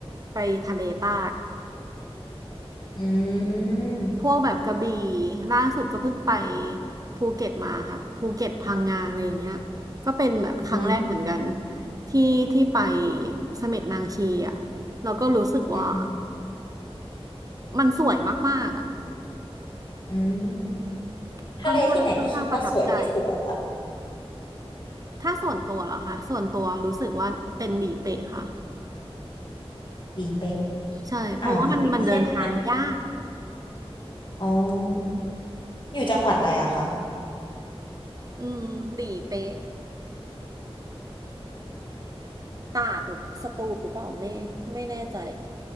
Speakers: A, on the right; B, on the left.
A: ไปทะเลใต้
B: อืม
A: พวกแบบกระบี่ล่าสุดก็เพิ่งไปภูเก็ตมาค่ะภูเก็ตพังงาอะไรอย่างเงี้ยก็เป็นแบบครั้งแรกเหมือนกัน
B: อืม
A: ที่ที่ไปเสม็ดนางชีอ่ะแล้วก็รู้สึกว่า
B: อืม
A: มันสวยมากๆอ่ะ
B: อืม
A: อืม
B: ทะเลที่ไหนที่คิดว่าสวยที่สุดอะคะ
A: ค่อนข้างค่อนข้างประทับใจถ้าส่วนตัวเหรอคะส่วนตัวรู้สึกว่าเป็นหลีเป๊ะค่ะ
B: หลีเป๊ะ
A: ใช่เพราะว่ามันมันเดินทางยาก
B: อ่าวหลีเป๊ะใช่ไหมอ๋ออยู่จังหวัดอะไรอะคะ
A: อืมหลีเป๊ะตราดหรือสตูลหรือเปล่าไม่ไม่แน่ใจ